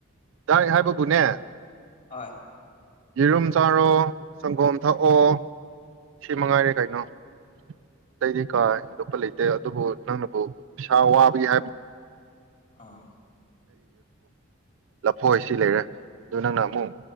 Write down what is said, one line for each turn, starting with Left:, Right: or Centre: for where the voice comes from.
Right: ꯇ ꯍꯥꯏ ꯕꯨꯨꯅꯦ
Left: ꯍꯣꯏ
Right: ꯌꯦꯔꯨꯝ ꯆꯥꯔꯣ ꯁꯪꯒꯣꯝ ꯊꯛꯑꯣ
Left: ꯑꯥ
Right: ꯁꯤ ꯃꯉꯥꯏꯔꯦ ꯀꯩꯅꯣ ꯑꯇꯩꯗꯤ ꯀꯥꯏ ꯑꯦꯟꯗꯣꯞꯄ ꯂꯩꯇꯦ ꯑꯗꯨꯕꯨ ꯅꯪꯅꯕꯨ ꯄꯩꯁꯥ ꯋꯥꯕꯒꯤ ꯍꯥꯏꯕꯅꯤ
Left: ꯑꯥ
Right: ꯂꯞꯐꯣ ꯁꯤ ꯂꯩꯔꯦ ꯑꯗꯨ ꯅꯪꯅ ꯑꯃꯨꯛ